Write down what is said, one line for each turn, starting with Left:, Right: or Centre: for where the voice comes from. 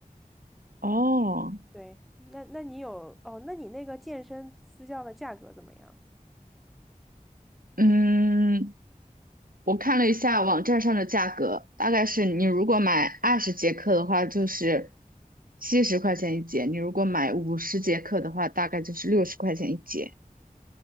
Right: 哦，
Centre: 对，那那你有哦？那你那个健身私教的价格怎么样？
Right: 嗯，我看了一下网站上的价格，大概是你如果买二十节课的话，就是七十块钱一节；你如果买五十节课的话，大概就是六十块钱一节。